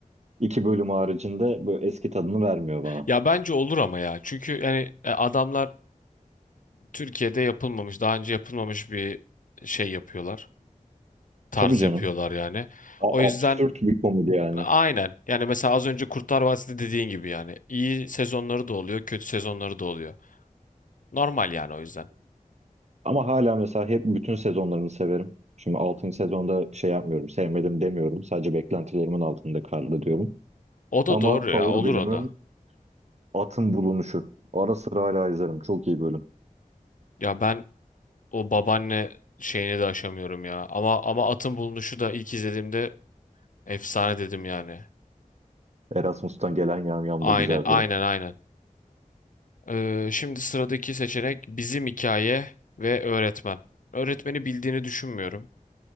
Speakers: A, on the right (about 50°); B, on the left (about 65°).
A: iki bölüm haricinde böyle eski tadını vermiyor bana.
B: Ya bence olur ama ya. Çünkü yani e, adamlar Türkiye'de yapılmamış, daha önce yapılmamış bir şey yapıyorlar. Tarz
A: Tabii canım.
B: yapıyorlar yani.
A: A-
B: O yüzden
A: absürt bir komedi yani.
B: Aynen. Yani mesela az önce Kurtlar Vadisi dediğin gibi yani iyi sezonları da oluyor, kötü sezonları da oluyor. Normal yani o yüzden.
A: Ama hala mesela hep bütün sezonlarını severim. Şimdi 6. sezonda şey yapmıyorum, sevmedim demiyorum. Sadece beklentilerimin altında kaldı diyorum.
B: O da
A: Ama
B: doğru
A: favori
B: ya, olur
A: bölümüm
B: o da.
A: Atın Bulunuşu. Ara sıra hala izlerim. Çok iyi bölüm.
B: Ya ben o babaanne şeyini de aşamıyorum ya. Ama ama Atın Bulunuşu da ilk izlediğimde efsane dedim yani.
A: Erasmus'tan gelen yamyam
B: Aynen,
A: da güzel
B: aynen,
A: bölüm.
B: aynen. Ee, şimdi sıradaki seçenek bizim hikaye ve öğretmen. Öğretmeni bildiğini düşünmüyorum.